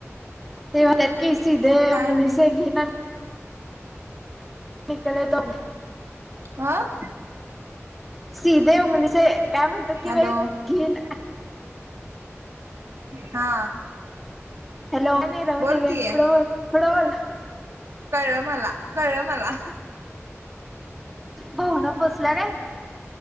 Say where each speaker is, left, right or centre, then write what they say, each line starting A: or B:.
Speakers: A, in the centre; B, on the right.
A: ते म्हणत कीस
B: मग
A: दे
B: काय
A: मुंगलसे
B: नाही
A: घ निकले त
B: आह
A: सिधे उंगलीचे काय म्हणतात की
B: हॅलो
A: बाई घेन
B: हा
A: हॅलो ओ रवती
B: बोल
A: ग
B: की.
A: फुटबॉल फुटबॉल
B: कळमला कळमला
A: भावना पोचल्या काय